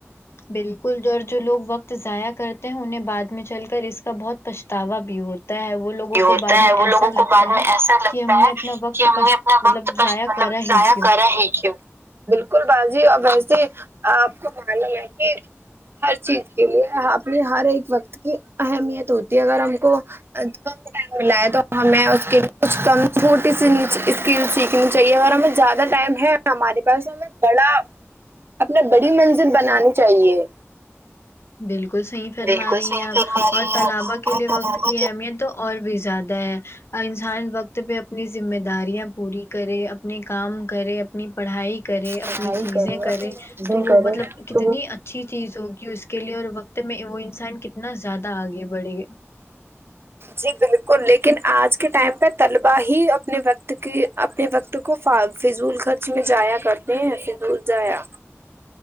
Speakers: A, on the left; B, on the right.
A: بالکل اور جو لوگ وقت ضائع کرتے ہیں انہیں بعد میں چل کر اس کا بہت پچھتاوا بھی ہوتا ہے وہ لوگوں
B: یہ
A: کو
B: ہوتا
A: بعد
B: ہے
A: میں
B: وہ
A: ایسا
B: لوگوں
A: لگتا
B: کو بعد
A: ہے
B: میں ایسا لگتا
A: کہ ہم نے
B: ہے
A: اپنا وقت
B: کہ ہم
A: پچ
B: میں
A: مطلب
B: وقت پر
A: ضائع
B: مطلب
A: کرا ہی
B: ضایا
A: کیوں
B: کرا ہی کیو بالکل باجی اور ویسے ہے کہ آپ کو معلوم ہے کہ ہر ایک چیز کے لیے اپنی ہر ایک وقت کی اہمیت ہوتی ہے اگر ہم کو ادبا ٹائم ملا ہے تو ہمیں اس کے لیے کچھ کم چھوٹی سی اسکل سیکھنی چاہیے اگر ہمیں زیادہ ٹائم ہے ہمارے پاس ہمیں بڑا اپنا بڑی منزل بنانی چاہیے
A: بالکل صحیح فرما
B: بالکل
A: رہی
B: صحیح
A: ہیں آپ
B: فرما رہی
A: اور طلابا
B: ہیں آپ
A: کے
B: اور
A: لیے
B: بڑھاوا
A: وقت کی اہمیت تو اور بھی زیادہ ہے انسان وقت پہ اپنی ذمہ داریاں پوری کرے اپنے کام کرے اپنی پڑھائی کرے
B: پڑھائی
A: اپنی چیزیں
B: اپنی
A: کرے
B: چیزیں
A: تو وہ
B: کرے
A: مطلب کتنی اچھی چیز ہوگی اس کے لیے اور وقت میں وہ انسان کتنا زیادہ آگے بڑھے گ <inaudible>
B: جی بالکل لیکن آج کے ٹائم پہ طلبا ہی اپنے وقت کی اپنے وقت کو ف فضول خرچ میں جایا کرتے ہیں فضول جایا